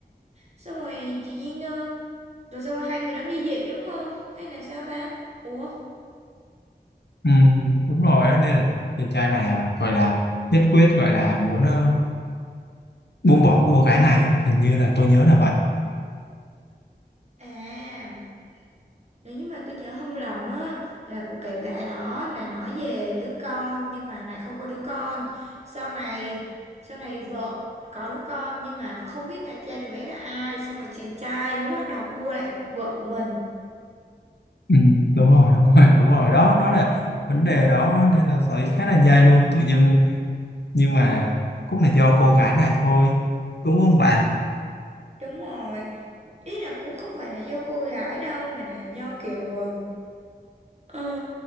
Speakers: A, on the right; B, on the left.
A: xong rồi chị Duyên ờ, rồi xong rồi hai người đó ly dị đúng không hay là sao ta ủa
B: Ừm, đúng rồi á nên là chàng trai này à, gọi là nhất quyết gọi là muốn ờ, buông bỏ cô gái này á hình như là tôi nhớ là vậy
A: à Nếu như mà tôi nhớ không lầm á là cuộc cãi vã đó là nói về đứa con nhưng mà lại không có đứa con. Sau này sau này vợ có đứa con nhưng mà không biết là cha đứa bé là ai xong rồi chàng trai mới bắt đầu cua lại vợ của mình.
B: Ừm, đúng rồi đúng rồi đúng rồi đó đó là vấn đề đó nên là thấy khá là nhây luôn tự dưng nhưng mà cũng là do cô gái này thôi đúng không bạn
A: Đúng rồi. Ý là cũng không phải là do cô gái đâu mà là do kiểu ờ, Ờ,